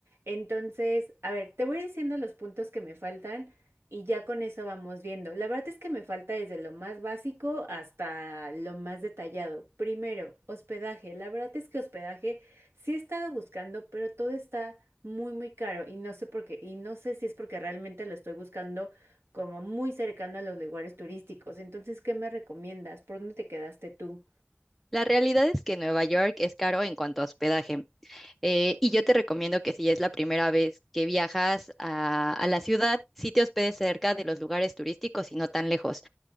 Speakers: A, on the right; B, in the centre.
A: Entonces, a ver, te voy diciendo los puntos que me faltan y ya con eso vamos viendo. La verdad es que me falta desde lo más básico hasta lo más detallado. Primero, hospedaje. La verdad es que hospedaje sí he estado buscando, pero todo está muy, muy caro y no sé por qué. Y no sé si es porque realmente lo estoy buscando como muy cercano a los lugares turísticos. Entonces, ¿qué me recomiendas? ¿Por dónde te quedaste tú?
B: La realidad es que Nueva York es caro en cuanto a hospedaje. Eh, y yo te recomiendo que si es la primera vez que viajas a, a la ciudad, sí te hospedes cerca de los lugares turísticos y no tan lejos.